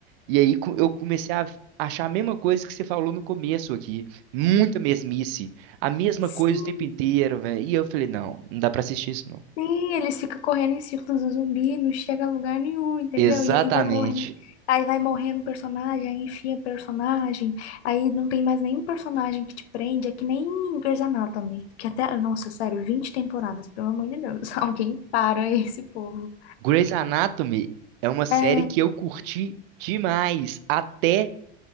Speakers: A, on the right; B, on the left.
A: e aí co- eu comecei a achar a mesma coisa que você falou no começo aqui, muita mesmice, a mesma
B: sim,
A: coisa o tempo inteiro, velho. E eu falei, não, não dá pra assistir isso não.
B: sim, eles ficam correndo em círculos do zumbi, não chega a lugar nenhum, entendeu?
A: Exatamente.
B: E aí vai morrendo, aí vai morrendo personagem, aí enfia personagem, aí não tem mais nenhum personagem que te prende, é que nem Grey's Anatomy, que até, nossa, sério, 20 temporadas, pelo amor de Deus, <laughs> alguém para esse povo.
A: Grey's Anatomy é uma série
B: É,
A: que eu curti demais, até